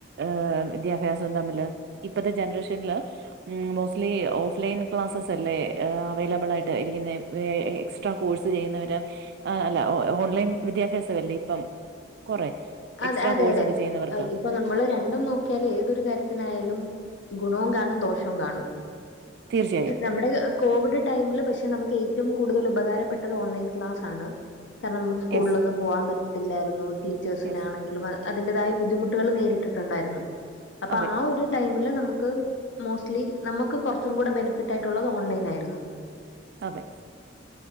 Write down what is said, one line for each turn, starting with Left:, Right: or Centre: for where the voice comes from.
Right: ഏഹ് വിദ്യാഭ്യാസവും തമ്മില് ഇപ്പത്തെ ജനറേഷന്ല് ഉം മുസ്ലിം ഓഫ് ലൈൻ ക്ലാസ്സസല്ലേ ഏ അവൈലബിളായിട്ട് ഇരിക്ക്ന്നെ വെഐഐ എക്സ്ട്രാ കോഴ്സ് ചെയ്യുന്നവര് അ അല്ല ഓ ഓൺലൈൻ വിദ്യാഭ്യാസവല്ലെ ഇപ്പം കൊറെ
Left: അത്
Right: എക്സ്ട്രാ
Left: അതെ
Right: കോഴ്സ്
Left: അതെ
Right: ഒക്കെ ചെയ്യുന്നവർക്ക്
Left: ഇപ്പം നമ്മള് രണ്ടും നോക്കിയാല് ഏതൊരു കാര്യത്തിനായാലും ഗുണവും കാണും ദോഷവും കാണും
Right: തീർച്ചയായും
Left: നമ്മടെ കോവിഡ് ടൈമില് പക്ഷെ നമുക്ക് ഏറ്റവും കൂടുതല് ഉപകാരപ്പെട്ടത് ഓൺലൈൻ ക്ലാസാണ് കാരണം നമുക്ക് സ്കൂള്ലൊന്നും
Right: യെസ്
Left: പോവാൻ പറ്റത്തില്ലായിരുന്നു ടീച്ചേഴ്സിനാണെങ്കിലും
Right: യെസ്
Left: അ അതിന്റേതായ ബുദ്ധിമുട്ടുകള് നേരിട്ടിട്ടുണ്ടായിരുന്നു അപ്പൊ
Right: അതെ
Left: ആഹ് ഒരു ഈ ടൈമില് നമുക്ക് മോസ്റ്റ്ലി നമക്ക് കൊറ്ച്ചു കൂടെ ബെനിഫിറ്റായിട്ടുള്ളത് ഓൺലൈനായിരുന്നു
Right: അതെ